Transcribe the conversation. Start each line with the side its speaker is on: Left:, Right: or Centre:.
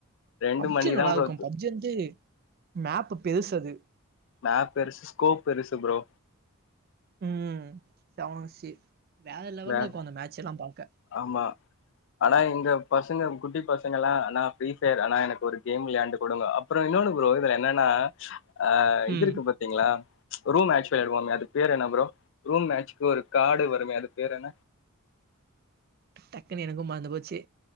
Left: ரெண்டு
Right: பப்ஜி
Left: மணிக்குதா
Right: நல்லா இருக்கு
Left: ப்ரோ
Right: பப்ஜி வந்து மேப்பு பெருசது
Left: மேப் பெருசு ஸ்கோப் பெருசு ப்ரோ
Right: ம் செவன் சி வேற லெவெல்ல
Left: வே
Right: இக்கு அந்த மேட்செல்லா பாக்க
Left: ஆமா ஆனா இங்க பசங்க குட்டி பசங்க எல்லா அண்ணா ஃப்ரீ ஃபயர் அண்ணா எனக்கு ஒரு கேம் விளையாண்டு குடுங்க அப்றொ இன்னொன்னு ப்ரோ இதுல என்னன்னா அ இதுருக்கு
Right: ம்.
Left: ப பத்திங்ளா ரூம் மேட்ச் வெளையாடுவோமே அது பேர் என்ன ப்ரோ ரூம் மேட்ச்கு ஒரு காடுவருமே அதுக்கு பேறென்னா
Right: டக்குன்னு எனக்கு மறந்து போச்சு